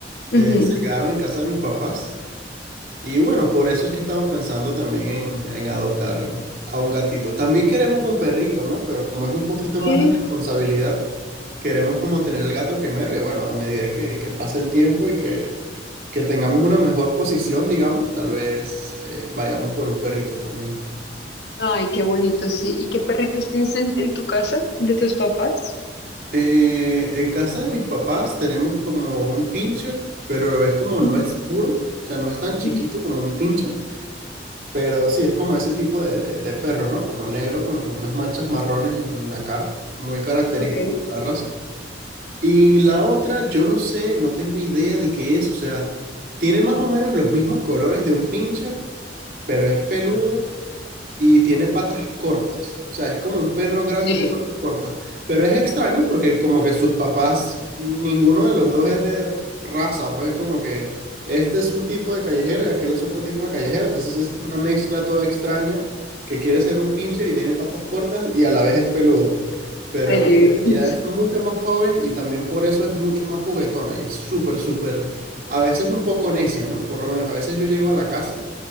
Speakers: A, on the left; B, on the right.
A: Ujú.
B: eh, se quedaron en casa de mis papás. Y bueno, por eso es que estamos pensando también en, en adoptar a un gatito. También queremos un perrito, ¿no? Pero como es un poquito
A: Sí.
B: más de responsabilidad, queremos como tener el gato primero y bueno, a medida que, que pase el tiempo y que, que tengamos una mejor posición, digamos, tal vez eh, vayamos por un perrito también.
A: Ay, qué bonito, sí. ¿Y qué perritos tienes en, en tu casa de tus papás?
B: Eh, en casa de mis papás tenemos como un pincher, pero es como
A: Ujú,
B: no es puro, o sea, no es tan chiquito
A: ujú.
B: como un pincher Pero sí, es como ese tipo de, de- de perro, ¿no? Como negro con, con unas manchas marrones en la cara, muy característico
A: Ok.
B: de la raza. Y la otra, yo no sé, no tengo idea de qué es, o sea, tiene más o menos los mismos colores de un pincher, pero es peludo y tiene patas cortas. O sea, es como un perro grande
A: <laughs>
B: con patas cortas. Pero es extraño porque como que sus papás, ninguno de los dos es de raza, pues es como que este es un tipo de callejero y aquel es otro tipo de callejero. Entonces es una mezcla toda extraña que quiere ser un pincher y tiene patas cortas y a la vez es peluda. Pero
A: Ay,
B: ella,
A: divino.
B: ella es mucho más joven y también por eso es mucho más juguetona y es súper, súper, a veces un poco necia, ¿no? Por lo menos a veces yo llego a la casa.